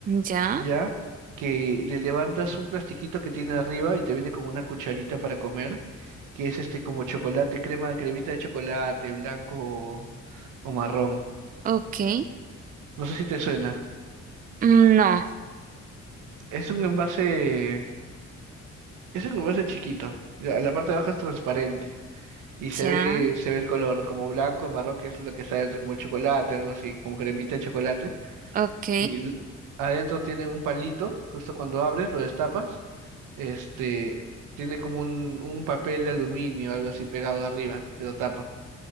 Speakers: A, on the right; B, on the right.
A: Ya,
B: ya, que le levantas un plastiquito que tiene arriba y te viene con una cucharita para comer, que es este como chocolate, crema, cremita de chocolate, blanco o, o marrón.
A: ok.
B: No sé si te suena.
A: Mm, No,
B: Es un envase, es un envase chiquito. ya, La parte de abajo es transparente y se
A: ya,
B: ve, se ve el color como blanco y marrón, que es lo que está dentro, como el chocolate, algo así, como cremita de chocolate.
A: ok,
B: Y l- adentro tiene un palito, justo cuando abres, lo destapas este, tiene como un, un papel de aluminio, algo así pegado arriba, que lo tapa.